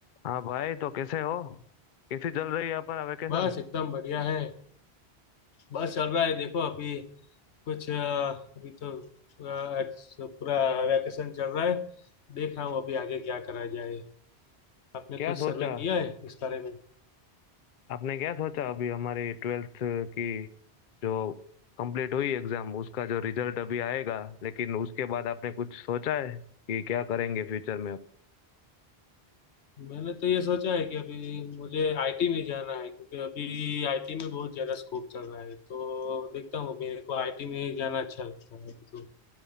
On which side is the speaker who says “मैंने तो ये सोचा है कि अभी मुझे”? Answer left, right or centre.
Left